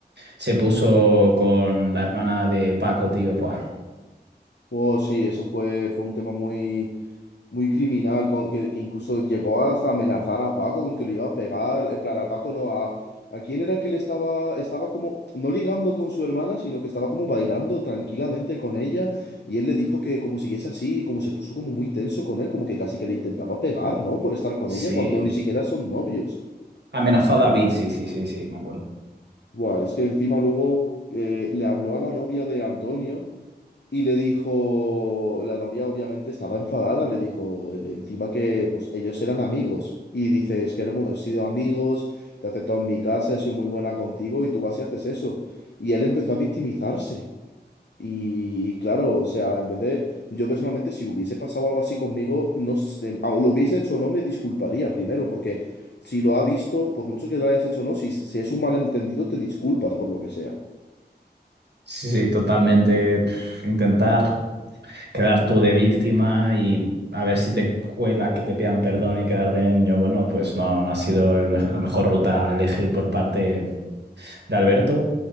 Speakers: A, on the right; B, on the left.
A: se puso con la hermana de Paco, tío? Buah,
B: Oh, sí, eso fue, fue un tema muy muy criminal, con- que, que incluso llegó hasta amenazar a Paco con que lo iba a pegar, en plan, a Paco no, a, a quién era el que le estaba, estaba como, no ligando con su hermana, sino que estaba como bailando tranquilamente con ella, y él le dijo que como siguiese así, como se puso como muy tenso con él, como que casi que le intentaba pegar, ¿no? Por estar con
A: sí.
B: ella cuando ni siquiera son novios.
A: Amenazó a David, sí, sí, sí, sí, me acuerdo.
B: Buah, es que encima luego eh, le habló a la novia de Antonio. Y le dijo, la novia obviamente estaba enfadada, le dijo e- encima que pues ellos eran amigos. Y dice, es que hemos sido amigos, te he aceptado en mi casa, he sido muy buena contigo y tú vas y haces eso. Y él empezó a victimizarse. Y, y claro, o sea, en vez de, yo personalmente si hubiese pasado algo así conmigo, no sé, ah, lo hubiese hecho o no, me disculparía primero, porque si lo ha visto, por mucho que lo hayas hecho o no, si, si es un malentendido, te disculpas por lo que sea.
A: Sí, sí, totalmente. pf, intentar. Quedar tú de víctima y a ver si te cuela que te pidan perdón y quedar de niño, bueno, pues no, no ha sido el mej- la mejor ruta a elegir por parte de Alberto.